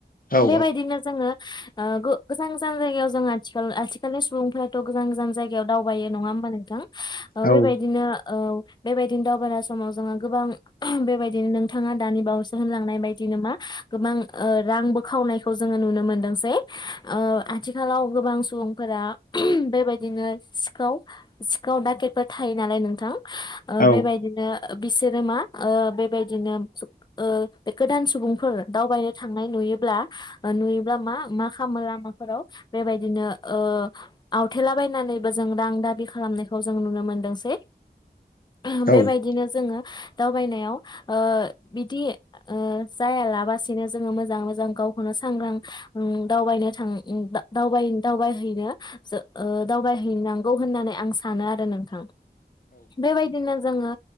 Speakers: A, on the left; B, on the left.
A: औ
B: बेबायदिनो जोङो ओ गु गोजान गोजान जायगायाव जों आथिखाल आथिखालनि सुबुंफ्राथ' गोजान गोजान जायगायाव दावबायो नङा होमबा नोंथां? ओ
A: औ
B: बेबायदिनो औ बेबायदिनो दावबाय समाव जोङो गोबां बेबायदिनो नोंथाङा दानि बावैसो होनलांनाय बायदिनो मा गोबां रांबो खावनायखौ जोङो नुनो मोनदोंसै। ओ आथिखालाव गोबां सु सुबुंफोरा बेबाय बिदिनो सिखाव - सिखाव डाकेटफोर थायो नालाय नोंथां। ओ
A: औ
B: बेबायदिनो ओ बिसोरो मा ओ बेबायदिनो ओ गोदान सुबुंफोर दावबायनो थांनाय नुयोब्ला ओ नुयोब्ला मा मा खा मो लामाफोराव बेबायदिनो ओ आवथेलाबायनानैबो जों रां दाबि खालामनायखौ जों नुनो मोनदोंसै। <unintelligible> बेबायदिनो
A: औ
B: जोङो दावबायनायाव ओ बिदि ओ जायालाबासिनो जोङो मोजाङै मोजां गावखौनो सांग्रां ओ दावबायनो थां उम बा दा- दावबाय दावबायनो दावबायहैनो जो ओ दावबायहैनांगौ होननानै आं सानो आरो नोंथां। बेबायदिनो जोङो